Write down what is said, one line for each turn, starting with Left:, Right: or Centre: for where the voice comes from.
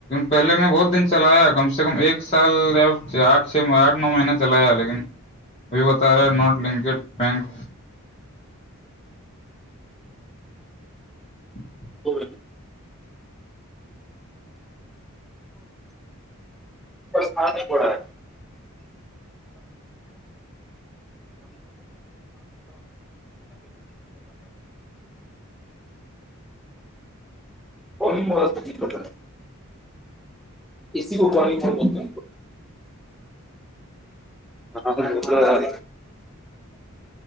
Left: پہلے میں بہت دن چلایا کم سے کم ایک سال یا آٹھ چھ آٹھ نو مہیین چلایا لیکن وہی بتا رہا ہے ناٹ لنکڈ بینک <inaudible>
Centre: اور ھان نہیں پڑا ہے اور ملا س لوٹ ایسیی کوٹو نہیں تھا م ہاں